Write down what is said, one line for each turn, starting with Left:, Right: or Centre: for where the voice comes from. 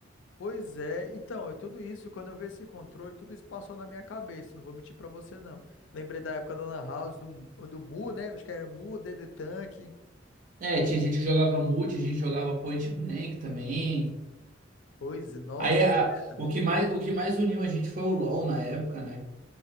Left: Pois é, então, é tudo isso, quando eu vi esse controle, tudo isso passou na minha cabeça, não vou mentir pra você não. Lembrei da época da Lan House, do, do Mu, né? Acho que era Mu, DD Tank.
Right: É, tinha gente que jogava multi, a gente jogava point blank também.
Left: Pois é, nossa,
Right: Aí a-
Left: é verdade.
Right: o que mais, o que mais uniu a gente foi o LoL na época, né?